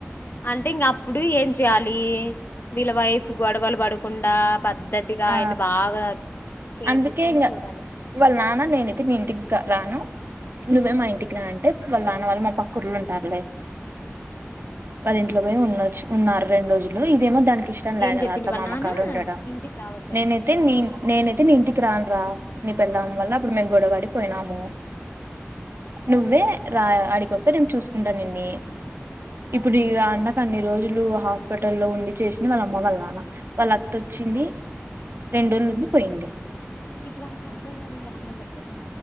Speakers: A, on the left; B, on the right.
A: అంటే ఇంక అప్పుడు ఏం చెయాలి వీళ్ళ వైఫ్ గొడవలు పడకుండా పద్ధతిగా
B: ఆ
A: ఆయన బాగా కేర్
B: అందుకే
A: తీసుకొని
B: ఇంగ
A: చూడాలి
B: వాళ్ళ నాన్న నేనైతే మీ ఇంటికి గ రాను నువ్వే మా ఇంటికి రా అంటే వాళ్ళ నాన వాళ్ళు మా పక్క ఊర్లో ఉంటారులే వాళ్ళింట్లో
A: ఆ
B: పోయి ఉండొచ్చు ఉన్నారు రెండు రోజులు ఇదేమో దానికి ఇష్టం లే
A: ఏం
B: కదా
A: చెప్పిండు
B: అత్త
A: వాళ్ళ
B: మామ
A: నానా
B: కాడ ఉండడం
A: ఇంటికి రావద్దు
B: నేనైతే నీ నేనైతే నీ ఇంటికి రాను రా నీ పెల్లాం వళ్ళ ఇప్పుడు మేము గోడవపడి పోయినాము
A: అ
B: నువ్వే రా ఆడికి వస్తే నేను చూసుకుంటా నిన్ని ఇప్పుడు ఇక అన్నకు అన్ని రోజులు హాస్పిటల్లో ఉండి చేసింది వాళ్ళమ్మ వాళ్ళ నాన్న వాళ్ళ అత్త వచ్చింది రెండు రోజులు ఉంది పోయింది
A: ఇప్పుడు ఆ అబ్బాయి యాడున్నాడు వాళ్ళ అమ్మోళ్ల దగ్గర